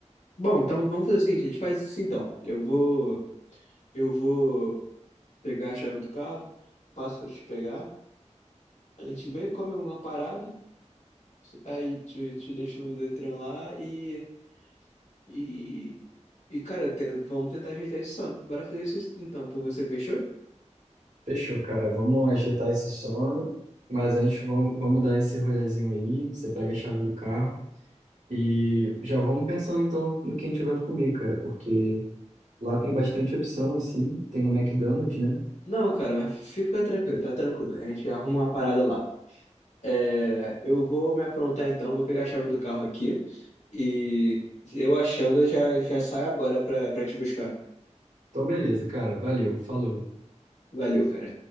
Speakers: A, on the left; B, on the right.
A: Bom, então vamos fazer o seguinte, a gente faz isso então. Eu vou, eu vou pegar a chave do carro, passo para te pegar, a gente vem, come uma parada, aí te, te deixo no Detran lá e, e, e cara, tem- vamos tentar ajeitar isso só. Bora fazer isso então, por você, fechou?
B: Fechou, cara. Vamos agitar esse sono, mas antes vamos, vamos dar esse rolezinho aí. Você pega a chave do carro e já vamos pensando então no que a gente vai comer, cara, porque lá tem bastante opção, assim. Tem o McDonald's, né?
A: Não, cara, mas fica tranquilo, tá tranquilo. A gente arruma uma parada lá. É, eu vou me aprontar então, vou pegar a chave do carro aqui e eu achando, eu já, já saio agora para te buscar.
B: Então, beleza, cara. Valeu, falou.
A: Valeu, cara.